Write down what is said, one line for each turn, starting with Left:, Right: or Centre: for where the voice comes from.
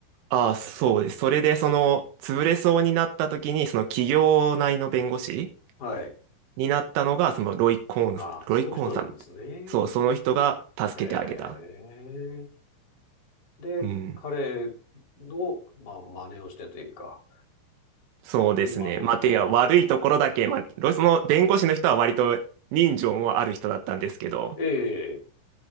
Right: ああ、そうです。それでその潰れそうになった時に、その企業内の弁護士
Left: はい。
Right: になったのが、そのロイ・コーン、
Left: ああ、
Right: ロイ・
Left: その人なんですね。
Right: コーンさんって。そう、その人が助けてあげた。
Left: へえ。で、
Right: うん。
Left: 彼の、まあ、真似をしてというか、
Right: そうですね。
Left: 今の、
Right: まあ、
Left: はあ、
Right: てや、悪いところだけ、まあ、ロその弁護士の人は割と人情もある人だったんですけど、
Left: ええ、